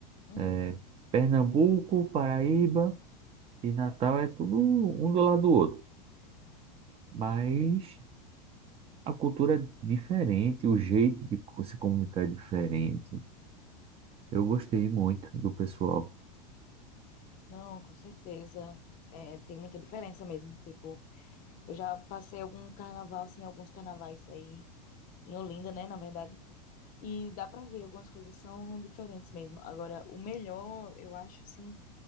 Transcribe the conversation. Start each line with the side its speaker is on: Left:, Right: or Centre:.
Left: Uhum.
Right: É, Pernambuco, Paraíba e Natal é tudo um do lado do outro, mas a cultura é diferente, o jeito de co- se comunicar é diferente. Eu gostei muito do pessoal.
Left: Não, com certeza. É, tem muita diferença mesmo. Tipo, eu já passei algum carnaval, assim, alguns carnavais aí em Olinda, né, na verdade. E dá pra ver, algumas coisas são diferentes mesmo. Agora, o melhor, eu acho, assim,